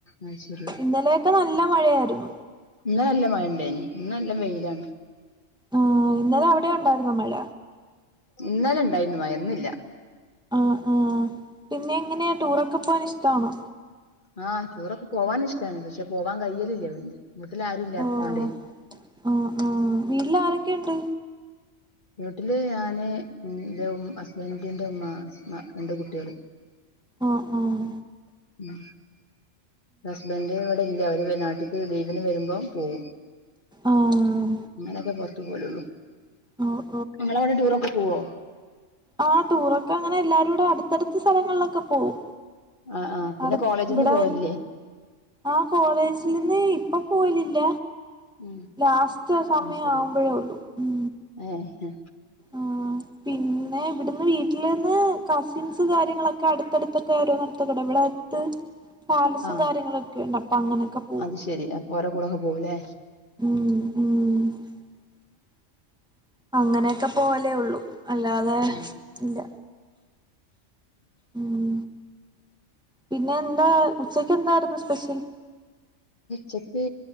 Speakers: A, on the left; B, in the centre.
A: അത് ശരി
B: ഇന്നലെയൊക്കെ നല്ല മഴയായിരുന്നു
A: ഇന്നലെ നല്ല മഴ ഉണ്ടെന് ഇന്ന് നല്ല വെയിൽ ആണ്
B: ആ ഇന്നലെ അവിടെ ഉണ്ടായിരുന്നു. മഴ
A: ഇന്നലണ്ടായിരുന്നു മയന്നില്ല
B: ആ ആഹ പിന്നെ എങ്ങനെയാ ടൂറൊക്കെ പോവാൻ ഇഷ്ടമാണോ
A: ആഹ് ടൂറൊക്കെ പോകൻ ഇഷ്ടാണ് പക്ഷെ പോവാൻ കയ്യലില്ലവിടുന്ന് വീട്ടില്ലാരുംഇല്ലാത്തോണ്ടേ
B: ആഹ് ആഹ് ആഹ് വീട്ടിൽ ആരൊക്കെയുണ്ട്?
A: വീട്ടില് ഞാന് എന്റെ ഹസ്ബൻഡന്റെ ഉമ്മ രണ്ട് കുട്ടികള്
B: ആഹ ആഹ
A: ഉ ഹസ്ബന്റ് ഇവിടെ ഇല്ല അവര് നാട്ടിലക്ക് ലീവിന് വരുമ്പോം പോകവും
B: ആഹ്
A: അങ്ങനെയൊക്കെ പുറത്തു പോലള്ളൂ
B: ഓഹ്
A: ഞളെ അങ്ങ ടൂറൊക്കെ പോവോ
B: ആ ടൂറൊക്കെ അങ്ങനെ എല്ലാരും കൂടെ അടുത്തടുത്ത സ്ഥലങ്ങളിലൊക്കെ പോവും.
A: ആഹ് ആഹ് പിന്നെ
B: അട
A: കോളേജിന്ന്
B: ഇവിടെ
A: പോവലില്ലേ
B: ആ കോളേജിൽ നിന്ന് ഇപ്പൊ പോയിലില്ല
A: ഉം
B: ലാസ്റ്റ് സമയം
A: ആഹ് ശരി
B: ആവുമ്പോഴേ ഉള്ളു ഉം
A: ഏഹ്
B: ആഹ് പിന്നെ ഇവിടുന്ന് വീട്ടിൽ വീട്ടിൽ നിന്ന് കസിൻസ് കാര്യങ്ങളൊക്കെ അടുത്തടുത്തൊക്കെ ആരോ നിർത്ത കൂട ഇവിടെ അടുത്ത് പാലസും
A: ആഹ്
B: കാര്യങ്ങളും ഒക്കെ ഉണ്ട അപ്പൊ അങ്ങനെയൊക്കെ പോകും
A: അത് ശെരി അപ്പൊ ഓരെ കൂടൊക്കെ പോവുലേ
B: ഉം ഉം ആ <unintelligible> അങ്ങനെയൊക്കെ പോലെ ഉള്ളു അല്ലാതെ
A: ഉം
B: ഇല്ല ഉം പിന്നെ എന്താ ഉച്ചക്ക് എന്തായിരുന്നു സ്പെഷ്യൽ
A: ചക്ക്